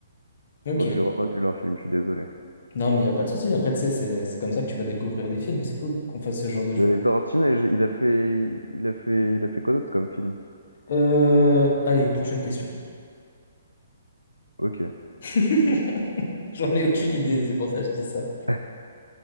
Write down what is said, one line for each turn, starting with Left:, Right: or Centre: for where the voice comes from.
Left: Ok.
Right: Bon, je suis vraiment nul en film, je suis désolé.
Left: Non, mais il n'y a pas de souci. Après, tu sais, c'est c'est comme ça que tu vas découvrir des films. C'est cool qu'on fasse ce genre de jeu.
Right: Mais Tarantino, il il a fait, il a fait, il a fait quoi d'autre comme film?
Left: Euh, allez, prochaine question.
Right: Ok.
Left: <laughs> J'en ai aucune idée, c'est pour ça que je dis ça.
Right: <laughs>